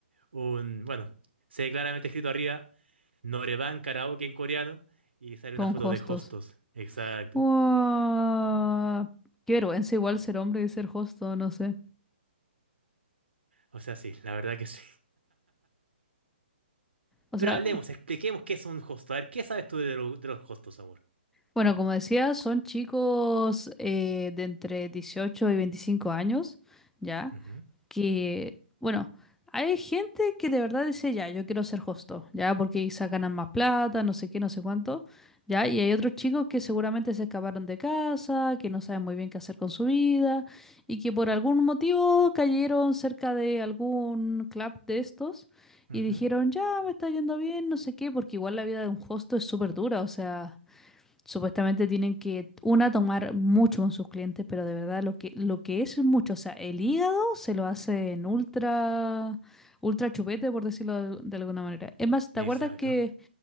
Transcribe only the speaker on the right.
un, bueno, se ve claramente escrito arriba, Noreban Karaoke en coreano, y sale
una foto
de hostos. Exacto.
O sea, sí, la verdad que sí.
Pero hablemos, expliquemos qué es un hosto. A ver, ¿qué sabes tú de, lo- de los hostos, amor?
Ujú,
ujú.
Exacto,